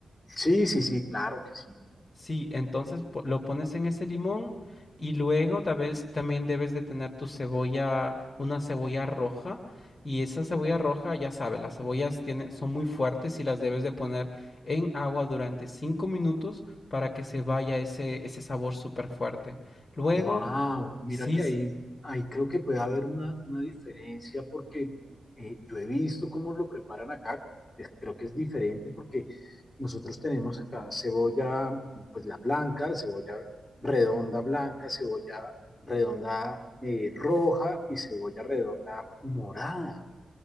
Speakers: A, in the centre; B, on the left.
A: Sí, sí, sí, claro que sí.
B: Sí, entonces po- lo pones en ese limón y luego tal vez también debes de tener tu cebolla, una cebolla roja y esa cebolla roja, ya sabes, las cebollas tienen, son muy fuertes y las debes de poner en agua durante cinco minutos para que se vaya ese, ese sabor súper fuerte. Luego,
A: Wow, mira
B: sí,
A: que
B: s-
A: ahí, ahí creo que puede haber una, una diferencia porque eh, yo he visto cómo lo preparan acá. Es- creo que es diferente porque nosotros tenemos acá cebolla, pues la blanca, cebolla redonda blanca, cebolla redonda eh, roja y cebolla redonda morada.